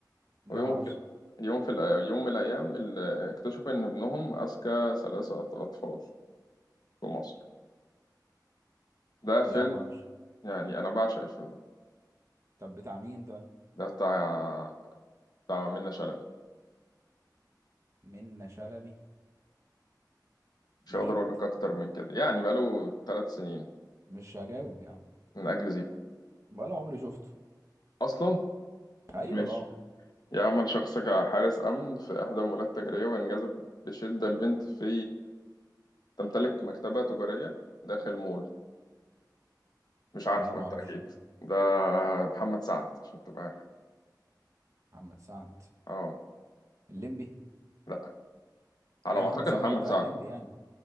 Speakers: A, on the right; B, on the left.
A: لا
B: ويوم
A: معرفش
B: في يوم في الأ- يوم من الأيام ال- اكتشفوا إن ابنهم أذكى ثلاثة أط- أطفال في مصر ده فيلم
A: لا معرفش
B: يعني أنا بعشق الفيلم ده
A: طب بتاع مين طيب
B: ده بتاع بتاع منة شلبي
A: منة شلبي
B: مش
A: جديد
B: هقدر أقول لك أكتر من كده يعني بقاله ثلاث سنين
A: مش هجاوب يا عم
B: من أجل زيكو
A: ولا عمري شفته
B: أصلا
A: ايوه
B: ماشي
A: طبعا
B: يعمل شخص كحارس أمن في إحدى المولات التجارية وينجذب بشدة لبنت في تمتلك مكتبة تجارية داخل مول مش عارفه
A: لا معرفش
B: بالتأكيد
A: ايه ده
B: ده محمد سعد عشان تبقى عارف
A: محمد سعد
B: اه
A: الليمبي
B: لا على
A: ايوه
B: ما أعتقد
A: محمد سعد
B: محمد
A: اللي هو بتاع
B: سعد
A: الليمبي يعني